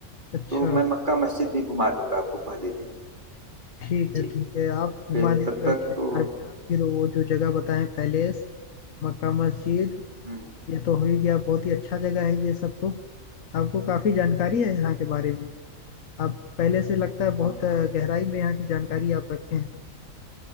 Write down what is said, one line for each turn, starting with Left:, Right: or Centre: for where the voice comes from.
Left: अच्छा
Right: तो मैं मक्का मस्जिद भी घुमा दूंगा आपको पहले दिन
Left: ठीक
Right: जी
Left: है ठीक है आप घुमा
Right: फिर
Left: दीजिएगा
Right: तब तक
Left: मुझे
Right: तो
Left: चार मीनार फिर वो जो जगह बताएं पैलेस मक्का मस्जिद
Right: हम्म
Left: ये तो हो ही गया बहुत ही अच्छा जगह है ये सब तो आपको काफी जानकारी है यहाँ के बारे में आप पहले से लगता है
Right: हाँ।
Left: बहुत अ, गहराई में यहाँ की जानकारी आप रखे हैं